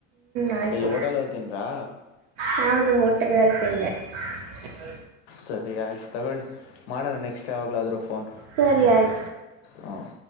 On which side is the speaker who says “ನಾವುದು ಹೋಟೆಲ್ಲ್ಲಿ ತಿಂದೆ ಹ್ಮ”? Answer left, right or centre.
Right